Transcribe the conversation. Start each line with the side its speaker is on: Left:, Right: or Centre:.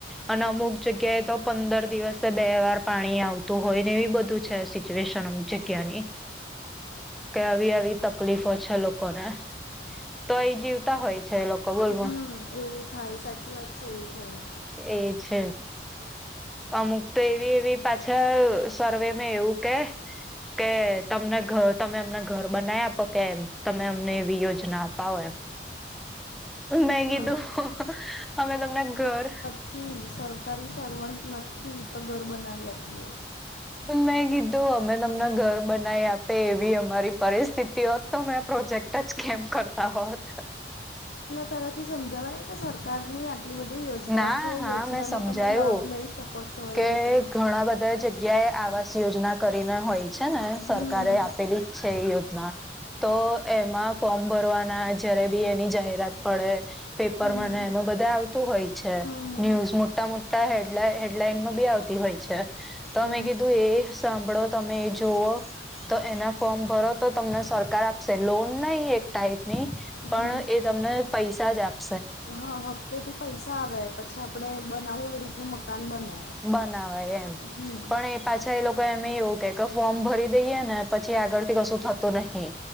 Centre: અને અમુક જગ્યાએ તો પંદર દિવસે બે વાર પાણી આવતું હોય ને, એવી બધું છે સિચ્યુએશન. જગ્યાની કે આવી આવી ત. તકલીફો છે, લોકોને તો એ જીવતા હોય છે, એ લોકો બોલ
Left: હમ એવું થાય, સાચી વાત છે, એવું થાય.
Centre: એ છે. અમુક તો એવી એવી પાછા સર્વે મે એવું કે કે તમને તમે અમને ઘર બનાવી આપો કે, તમે અમને એવી યોજના અપાવો એમ. મે કીધું
Left: હા
Centre: અમે તમને ઘર
Left: થી સરકારી સર્વન્ટ નથી તો ઘર બનાવી આપીએ.
Centre: મેં કીધું અમે તમને ઘર બનાવી આપી એવી અમારી પરિસ્થિતિ હોત તો મેં પ્રોજેક્ટ ટચ કેમ કરતા હોત.
Left: તારાથી સમજાવવાય એમ કે સરકારની આ આટલી બધી યોજનાઓ
Centre: ના
Left: છે એ
Centre: હા
Left: યોજનાનો
Centre: મેં સમજાયું
Left: તમે લાભ લઈ શકો છો
Centre: કે
Left: એ રીતે.
Centre: ઘણા બધા જગ્યાએ આવાસ યોજના કરીને હોય છે ને સરકારે
Left: હમ
Centre: આપેલી જ છે એ યોજના. તો એમાં ફોર્મ ભરવાના જયારે ભી એની જાહેરાત પડે. પેપરમાં
Left: હમ
Centre: એમાં બધે આવતું હોય છે,
Left: હમ
Centre: ન્યૂઝ મોટા મોટા હેડલા હેડલાઈનમાં ભી આવતી હોય છે. તમે
Left: હમ
Centre: કીધું એ સાંભળો તમે એ જોવો. તો એના ફોર્મ ભરો તો તમને સરકાર આપશે લોન નહી એક ટાઈપની. પણ
Left: હમ
Centre: એ તમને પૈસા જ આપે
Left: હા હપ્તે થી પૈસા આવે પછી આપણે બનાવવું એ રીતનું મકાન બને.
Centre: બનાવાય એમ,
Left: હમ
Centre: પણ એ પાછા એ લોકો એમેય એવું કે કે ફોર્મ ભરી દઈએ ને પછી આગળ થી કશું થતું નહી.